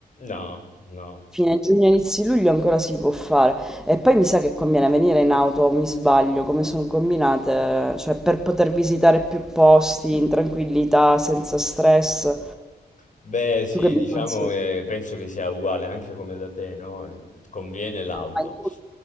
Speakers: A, on the left (about 45°); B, in the centre.
A: No, no.
B: Fine giugno, inizio luglio ancora si può fare. E poi mi sa che conviene venire in auto, mi sbaglio, come sono combinate, cioè per poter visitare più posti in tranquillità, senza stress.
A: Beh, sì,
B: Tu che mi
A: diciamo
B: consigli?
A: che penso che sia uguale anche come da te, no? Eh, Conviene l'auto.
B: Ma in tut-